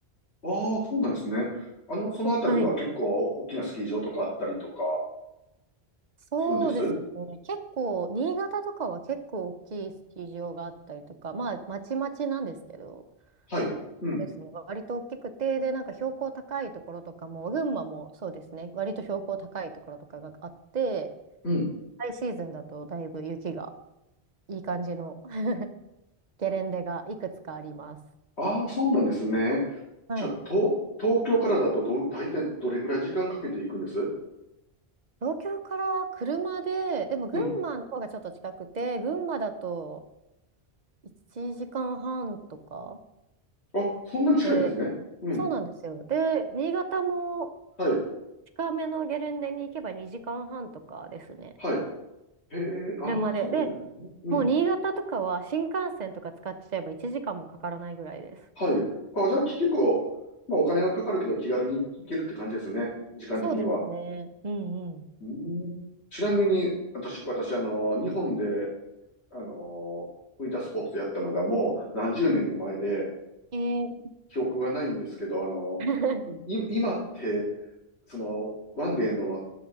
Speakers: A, on the left (about 80°); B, on the right (about 45°).
A: ああ、そうなんですね。あの、そのあたりは結構大きなスキー場とかあったりとか
B: はい。そうですね。
A: するんです
B: 結構、新潟とかは結構大きいスキー場があったりとか、まあ、まちまちなんですけど、
A: はい。うん。
B: そうですね。割と大きくて、で、なんか標高高いところとかも、群馬もそうですね。割と標高高いところとかがあって、
A: うん。
B: ハイシーズンだとだいぶ雪がいい感じの <laughs> ゲレンデがいくつかあります。
A: ああ、そうなんですね。
B: はい。
A: じゃあ、東、東京からだとど、大体どれぐらい時間かけていくんです
B: 東京から車で、でも群馬の方がちょっと近くて、
A: うん。
B: 群馬だと1時間半とか
A: あ、そんなに近いんですね。
B: で、
A: うん。
B: そうなんですよ。で、新潟も
A: はい。
B: 近めのゲレンデに行けば2時間半とかですね。
A: はい。へえ、ああ、
B: 車で。
A: そうなんですね。
B: で、
A: うん。
B: もう新潟とかは新幹線とか使っちゃえば1時間もかからないぐらいです。
A: はい。あ、じゃあ、結構、まあ、お金がかかるけど気軽に行けるって感じですね。時間的には。
B: そうですね。うんう
A: うん。ちなみに、私、私、あの、日本で、あの、ウィンタースポーツやったのがもう何十年も前で、
B: ん。えー
A: 記憶がないんですけど、あの、
B: <laughs>
A: い、今って、その、ワンデーの